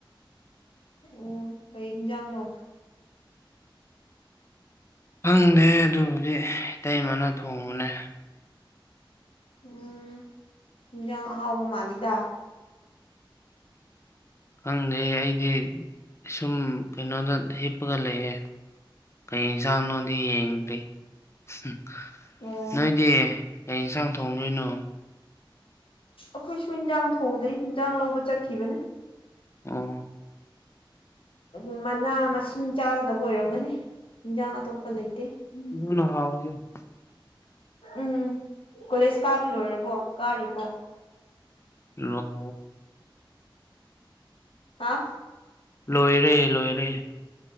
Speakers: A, on the left; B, on the left.
A: ꯑꯣ ꯀꯔꯤ ꯍꯤꯟꯖꯥꯡꯅꯣ
B: ꯈꯪꯗꯦ ꯑꯗꯨꯕꯨꯗꯤ ꯏꯇꯩ ꯃꯅꯥ ꯊꯣꯡꯕꯅꯦ
A: ꯎꯝ ꯌꯦꯟꯖꯥꯡ ꯑꯍꯥꯎꯕ ꯃꯥꯜꯂꯤꯗ
B: ꯈꯪꯗꯦ ꯑꯩꯗꯤ ꯁꯨꯝ ꯀꯩꯅꯣꯗ ꯍꯤꯞ ꯀꯞꯄꯒ ꯂꯩꯌꯦ ꯀꯩ ꯌꯦꯟꯁꯥꯡꯅꯣꯗꯤ ꯌꯦꯡꯗ꯭ꯔꯤ ꯎ
A: ꯑꯣ
B: ꯅꯣꯏꯗꯤ ꯀ ꯌꯦꯟꯁꯥꯡ ꯊꯣꯡꯗꯣꯏꯅꯣ
A: ꯑꯩꯈꯣꯏꯁꯨ ꯌꯦꯟꯖꯥꯡ ꯊꯣꯡꯗꯩ ꯌꯦꯟꯖꯥꯡ ꯂꯧꯕ ꯆꯠꯈꯤꯕꯅꯦ
B: ꯑꯣ
A: ꯎ ꯃꯅꯥ ꯃꯁꯤꯡ ꯆꯥꯒꯗꯕ ꯑꯣꯏꯔꯝꯒꯅꯤ ꯏꯟꯖꯥꯡ ꯑꯇꯣꯞꯄ ꯂꯩꯇꯦ
B: ꯑꯗꯨꯅ ꯍꯣꯎꯕꯅꯦ
A: ꯎꯝ ꯀꯣꯂꯦꯖ ꯀꯥꯕ ꯂꯣꯏꯔꯕꯣ ꯀꯥꯔꯤꯕꯣ
B: ꯔꯣ
A: ꯍꯥ
B: ꯂꯣꯏꯔꯦ ꯂꯣꯏꯔꯦ